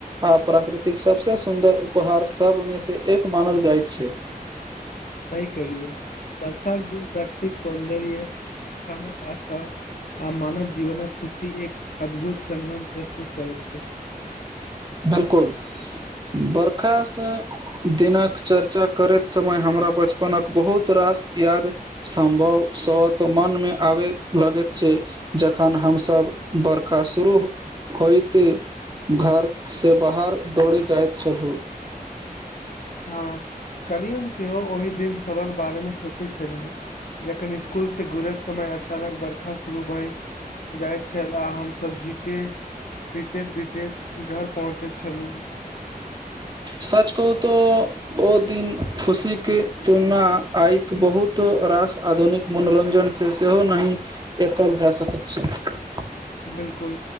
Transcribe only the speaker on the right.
आ प्राकृतिक सबसँ सुन्दर। उपहार सबमे से एक मानल जाइत छै।
बिलकुल, बरखासँ। दिनक चर्चा करैत समय हमरा बचपनक बहुत रास याद। सम्भव स त मन मे आबे लगैत छै। जखन हमसभ बर्खा शुरू होयइते घर। से बाहर दौड़े जाइत छलहुँ।
सच कहू तऽ ओ दिन खुशीक के तुलना आयक बहुत रास आधुनिक मनोरञ्जन से सेहो नहिही ऐकल जा सकैत छीये।